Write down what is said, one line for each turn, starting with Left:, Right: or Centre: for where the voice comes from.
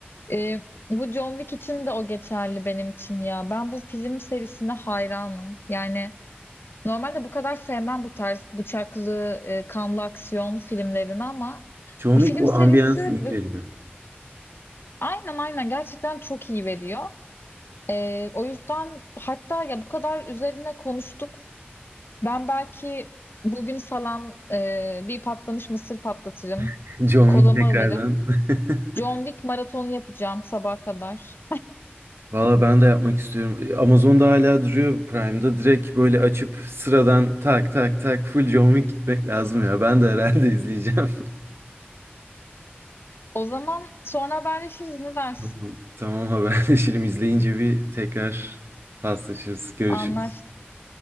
Left: E, bu John Wick için de o geçerli benim için ya. Ben bu film serisine hayranım. Yani normalde bu kadar sevmem bu tarz bıçaklı, e, kanlı aksiyon filmlerini ama
Right: John
Left: bu
Right: Wick
Left: film
Right: o
Left: serisi
Right: ambiyansı iyi
Left: bu-
Right: veriyor.
Left: aynen aynen gerçekten çok iyi veriyor. Ee, o yüzden hatta ya bu kadar üzerine konuştuk. Ben belki bugün falan e, bir patlamış mısır patlatırım.
Right: <laughs> John
Left: Kolamı
Right: Wick tekrardan.
Left: alırım.
Right: <laughs>
Left: John Wick maratonu yapacağım sabaha kadar.
Right: Valla ben de yapmak istiyorum. Amazon'da hala duruyor Prime'da. Direkt böyle açıp sıradan tak tak tak full John Wick gitmek lazım ya. Ben de herhalde izleyeceğim. <laughs>
Left: O zaman sonra haberleşiriz ne dersin?
Right: Tamam, tamam haberleşelim. İzleyince bir tekrar paslaşırız. Görüşürüz.
Left: Anlaştık.